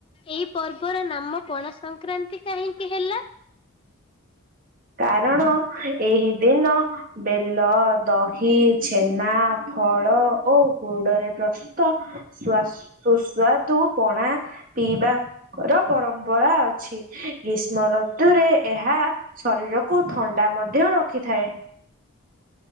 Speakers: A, on the left; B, on the right.
A: ଏଇ ପର୍ବର ନାମ ପଣା ସଂକ୍ରାନ୍ତି କାହିଁକି? ହେଲା?
B: କାରଣ ଏହି ଦିନ ବେଲ, ଦହି, ଛେନା, ଫଳ ଓ ଗୁଡରେ ପ୍ରସ୍ତୁ ତ, ସ୍ଵାଆ ସୁ ସୁସ୍ଵାଦୁ ପଣା ପିଇବା ଙ୍କର ପରମ୍ପରା ଅଛି ଗ୍ରୀଷ୍ମ ଋତୁରେ ଏହା ଶରୀରକୁ ଥଣ୍ଡା ମଧ୍ୟ ରଖିଥାଏ।